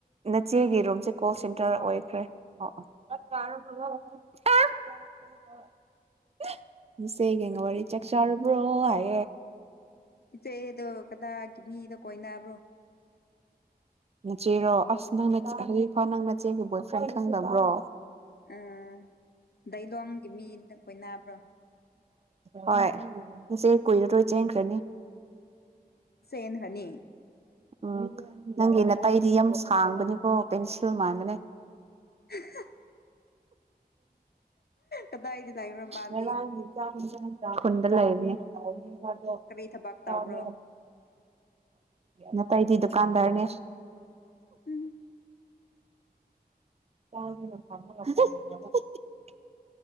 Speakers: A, on the right; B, on the left.
A: ꯅꯆꯦꯒꯤ ꯔꯣꯝꯁꯦ ꯀꯣꯜ ꯁꯦꯟꯇꯔ ꯑꯣꯏꯈ꯭ꯔꯦ ꯑꯣ <unintelligible> ꯁꯤꯒ <unintelligible> ꯆꯁꯥꯕ꯭ꯔꯣ ꯍꯥꯏ
B: ꯏꯆꯦꯗꯣ ꯀꯗꯥꯒꯤ ꯃꯤꯗꯣ ꯀꯣꯏꯅꯕ꯭ꯔꯣ
A: ꯅꯆꯦꯔꯣ ꯑꯁ ꯅꯪꯅ ꯍꯧꯖꯤꯛꯐꯥꯎ ꯅꯪ ꯅꯆꯦꯒꯤ ꯕꯣꯏ ꯐ꯭ꯔꯦꯟ ꯈꯪꯗꯕ꯭ꯔꯣ
B: ꯎꯝ ꯗꯥꯢꯂꯣꯡꯒꯤ ꯃꯤꯒ ꯀꯣꯢꯅꯕ꯭ꯔꯣ
A: ꯍꯣꯏ ꯏꯆꯦ ꯀꯨꯏꯔꯔꯣꯏ ꯆꯦꯟꯈ꯭ꯔꯅꯤ
B: ꯆꯦꯟꯈ꯭ꯔꯅꯤ
A: ꯎꯝ ꯅꯪꯒꯤ ꯅꯥꯇꯩꯗꯤ ꯌꯥꯝ ꯁꯥꯡꯕꯅꯤꯀꯣ ꯄꯦꯟꯁꯤꯜ ꯃꯥꯟꯕꯅꯦ
B: <inaudible> ꯀꯗꯥꯏꯗ ꯂꯩꯕ꯭ꯔꯣ ꯃꯥꯗꯤ
A: ꯃꯂꯥꯡ <unintelligible> ꯈꯨꯟꯗ ꯂꯩꯕꯅꯤꯅꯦ
B: ꯀꯔꯤ ꯊꯕꯛ ꯇꯧꯕ꯭ꯔꯣ
A: ꯅꯇꯩꯗꯤ ꯗꯨꯀꯥꯟꯗ꯭ꯔꯅꯦ
B: ꯎꯝ
A: <unintelligible>